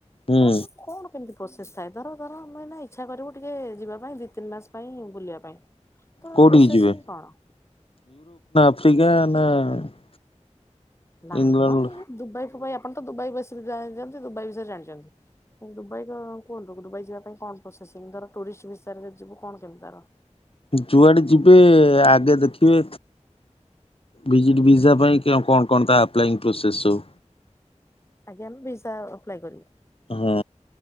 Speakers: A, on the left (about 50°); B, on the left (about 20°).
A: ହୁଁ
B: ତାର ସବୁ କଣ କେମିତି ପ୍ରୋସେସ ଥାଏ ଧର ଧର, ଆମେ ନା ଇଚ୍ଛା କରିବୁ ଟିକେ ଯିବା ପାଇଁ, ଦିଇ ତିନି ମାସ ପାଇଁ ବୁଲିବା ପାଇଁ ତ
A: କୋଉଠିକି
B: ପ୍ରୋସେସିଂ
A: ଯିବେ
B: କଣ?
A: <unintelligible>
B: ନାଇଁ
A: ଇଂଲଣ୍ଡ
B: ମ ଦୁବାଇ ଫୁବାଇ ପାଇଁ ଆପଣ ତ ଦୁବାଇ ବସିକି ଜାଣିଛନ୍ତି, ଦୁବାଇ ବିଷୟରେ ଜାଣିଛନ୍ତି। ଦୁବାଇ କୁହନ୍ତୁ, ଦୁବାଇ ଯିବା ପାଇଁ କଣ ପ୍ରୋସେସିଂ, ଧର ଟୁରିଷ୍ଟ ବିଷୟରେ ଯିବୁ କଣ କେମିତି ତାର?
A: ଯୁଆଡେ ଯିବେ ଆଗେ ଦେଖିବେ ବିଜିଟ ଭିଜା ପାଇଁ କଣ କଣ ତା ଆପ୍ଲାଇଂ ପ୍ରୋସେସ୍ ସୁ?
B: ଆଜ୍ଞା ଆମେ ଭିଜା ଅପ୍ଲାଏ କରିବୁ।
A: ହଁ